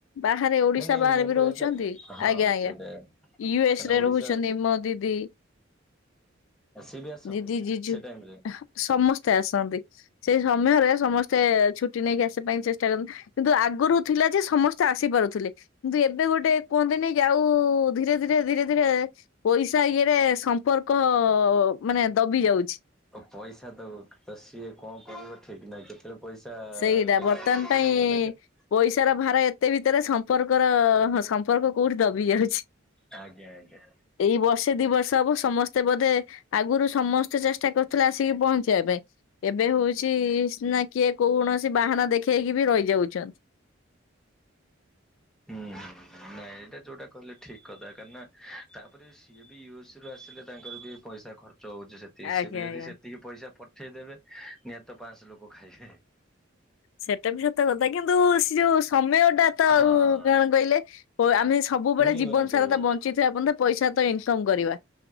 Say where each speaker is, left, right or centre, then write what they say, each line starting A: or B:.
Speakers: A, on the left; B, in the centre.
A: ବାହାରେ ଓଡିଶା
B: ନାଇଁ ନାଇଁ
A: ବାହାରେ
B: ମୁଁ
A: ବି
B: କହିବା
A: ରହୁଚନ୍ତି
B: ତ ହଁ
A: ଆଜ୍ଞା ଆଜ୍ଞା।
B: ସେଇଟା
A: ୟୁ
B: କାହିଁକିନା
A: ଏସ୍ ରେ
B: ଓଡିଶା
A: ରହୁଚନ୍ତି ମୋ ଦିଦି।
B: ସିଏ ବି ଆସନ୍ତି
A: ଦିଦି ଜିଜୁ
B: ସେ ଟାଇମରେ।
A: ସମସ୍ତେ ଆସନ୍ତି ସେଇ ସମୟରେ ସମସ୍ତେ ସେ ଛୁଟି ନେଇକି ଆସିବା ପାଇଁ ଚେଷ୍ଟା କରନ୍ତି କିନ୍ତୁ ଆଗରୁ ଥିଲା ଯେ ସମସ୍ତେ ଆସିପାରୁଥିଲେ। କିନ୍ତୁ ଏବେ ଗୋଟେ କୁହନ୍ତି ନାଇ କି ଆଉ ଧୀରେ ଧୀରେ ଧୀରେ ଧୀରେ ପଇସା ଇଏରେ ସମ୍ପର୍କ ମାନେ ଦବି ଯାଉଛି।
B: ପଇସା ଦବ ତ ସିଏ କଣ କରିବ ଠିକ ନାହିଁ କେତେ ସେ ପଇସା
A: ସେଇଟା
B: <unintelligible>
A: ବର୍ତ୍ତମାନ ପାଇଁ ପଇସାର ଭାର ଏତେ ଭିତରେ ସମ୍ପର୍କର ହଁ ସମ୍ପର୍କ କୋଉଠି ଦବି ଯାଉଛି।
B: ଆଜ୍ଞା ଆଜ୍ଞା।
A: ଏଇ ବର୍ଷେ ଦି ବର୍ଷ ହବ ସମସ୍ତେ ବୋଧେ ଆଗରୁ ସମସ୍ତେ ଚେଷ୍ଟା କରୁଥିଲେ ଆସିକି ପହଞ୍ଚିବା ପାଇଁ ଏବେ ହଉଚି ନା କିଏ କୌଣସି ବାହାନା ଦେଖେଇକି ବି ରହିଯାଉଛନ୍ତି।
B: ହୁଁ ହୁଁ ହୁଁ। ନାଇଁ ଏଇଟା ଯୋଉଟା କହିଲେ ଠିକ କଥା କାହିଁକି ନା ତାପରେ ସିଏ ବି ୟୁ ଏସ୍ ରୁ ଆସିଲେ ତାଙ୍କର ବି ପଇସା ଖର୍ଚ୍ଚ। ହଇଚି ସେତିକି
A: ଆଜ୍ଞା
B: ସି ବି ଯଦି
A: ଆଜ୍ଞା
B: ସେତିକି ପଇସା ପଠେଇଦେବେ ନିହାତି ତ ପାଶହ ଲୋକ ଖାଇବେ।
A: ସେଟା ବି ସତ କଥା କିନ୍ତୁ ସେ ଯୋଉ ସମୟଟା କଣ
B: ହଁ
A: କହିଲେ ଆମେ ସବୁବେଳେ
B: ମିଳିବନି
A: ଜୀବନ
B: କେବେ।
A: ସାରା ତ ବଞ୍ଚି ଞ୍ଚି ଥିବା ପନ୍ତେ ପଇସା ପାଇଁ ଇନକମ୍ କରିବା